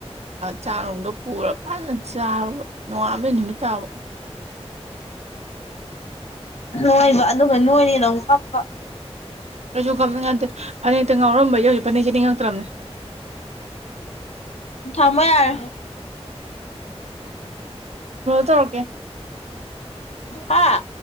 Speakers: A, on the right; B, on the left.
A: ꯆꯥꯛꯅꯨꯡꯗꯣ ꯄꯨꯔ ꯐꯖꯅ ꯆꯥꯔꯨꯔꯕ ꯅꯣꯡꯉꯥꯥꯟꯕꯩ ꯅꯨꯃꯤꯠ ꯇꯥꯕ
B: ꯅꯣꯏꯕ ꯑꯗꯨꯒ ꯅꯣꯏꯅꯦꯗ ꯑꯃꯨ ꯀꯞꯄ
A: ꯀꯁꯨ ꯈ ꯌꯥꯗ ꯐꯅꯦꯛꯇ ꯉꯥꯎꯔꯝꯕ ꯌꯧꯁꯤ ꯐꯅꯦꯛꯁꯦ ꯅꯤꯡꯉꯛꯇ꯭ꯔꯕꯅꯦ
B: ꯊꯃꯣꯏꯔ
A: ꯍ ꯇꯔꯒꯦ
B: ꯍꯥꯥ